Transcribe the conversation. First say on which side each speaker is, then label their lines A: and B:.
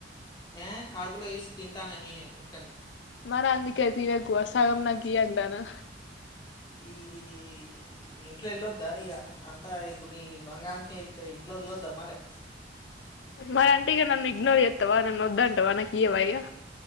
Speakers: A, on the left; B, on the left.
A: ఏ కడుపులో వేసి తింటానా నీనే ఒక్కన్ని
B: మర అందుకే తినకు ఆ సగం నా కీ అంటనా
A: ఈ ఇ ఇంట్లో ఎళ్ళొద్దా ఇగ అంతా ఇప్పుడ్ నీకి బంగానికె ఇత్తే ఇంట్లో ఒళ్ళొద్దా మరె
B: మరి అంటే ఇగ నన్ను ఇగ్నోర్ జేత్తవా నన్ను ఒద్దంటవా నా కియ్యవా ఇగ